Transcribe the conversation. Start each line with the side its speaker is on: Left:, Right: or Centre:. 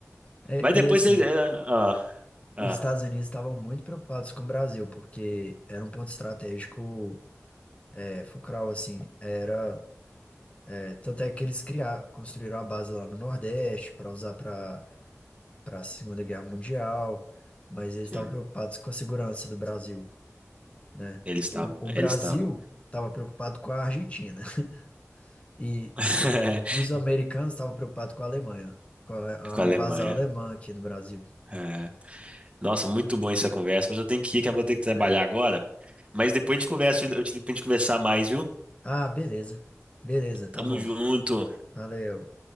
Left: É,
Right: Mas depois
Left: e assim,
Right: eles, é, ah, ah,
Left: os Estados Unidos estavam muito preocupados com o Brasil, porque era um ponto estratégico É, Fucral, assim, era. é, tanto é que eles criaram, construíram a base lá no Nordeste para usar para para a Segunda Guerra Mundial, mas eles
Right: sim,
Left: estavam preocupados com a segurança do Brasil, né?
Right: eles estavam,
Left: O, o Brasil
Right: eles estavam
Left: estava preocupado com a Argentina <laughs> e
Right: <laughs>
Left: o- os americanos estavam preocupados com a Alemanha, com a,
Right: com a
Left: a
Right: Alemanha.
Left: invasão alemã aqui no Brasil,
Right: É. Nossa, muito bom essa conversa, mas eu tenho que ir, que eu vou ter que trabalhar
Left: né?
Right: agora. Mas depois a gente conversa, eu te digo pra gente conversar mais, viu?
Left: Ah, beleza, beleza, tá
Right: Tamo
Left: bom,
Right: junto.
Left: valeu.